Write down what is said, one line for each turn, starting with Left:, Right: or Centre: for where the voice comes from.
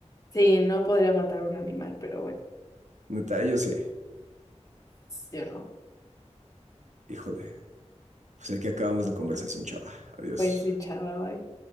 Left: Sí, no podría matar a un animal, pero bueno,
Right: Neta, yo sí.
Left: yo no.
Right: Híjole. Pues aquí acabamos la conversación, chava. Adiós.
Left: Pues sí, chava, bye.